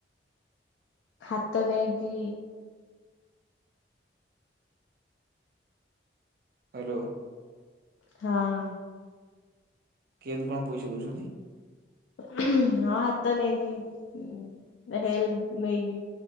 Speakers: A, on the left; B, on the right.
A: ହାତ ନେଇକି
B: ହାଲୋ
A: ହଁ ।
B: କେନତି କଣ ପଇସା ଦଉଛନ୍ତି?
A: ହଁ ହାତ ନେଇକି ହେଲ୍ପ ନେଇକି